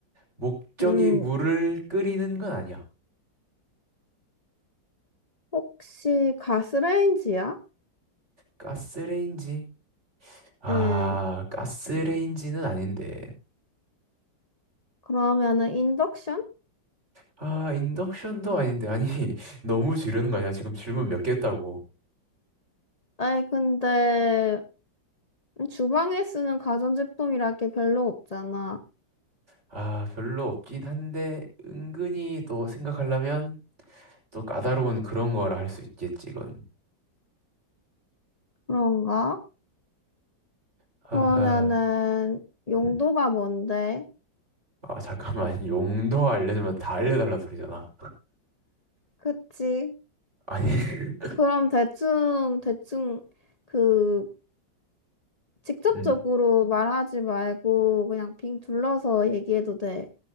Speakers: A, on the right; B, on the left.
A: 목적이
B: 음.
A: 물을 끓이는 건 아니야.
B: 혹시 가스레인지야?
A: 가스레인지. 아,
B: 응.
A: 가스레인지는 아닌데.
B: 그러면은 인덕션?
A: 아, 인덕션도 아닌데. 아니, <laughs> 너무 지르는 거 아니야? 지금 질문 몇 개 했다고.
B: 아니 근데 주방에 쓰는 가전제품이라 게 별로 없잖아.
A: 아, 별로 없긴 한데, 은근히 또 생각하려면 또 까다로운 그런 거라 할 수 있겠지, 이건.
B: 그런가?
A: 하하.
B: 그러면은 용도가
A: 음.
B: 뭔데?
A: 아, 잠깐만. <laughs> 용도 알려주면 다 알려달라는 소리잖아.
B: 그치?
A: 아니, <laughs>
B: 그럼 대충 대충 그 직접적으로
A: 음.
B: 말하지 말고 그냥 빙 둘러서 얘기해도 돼.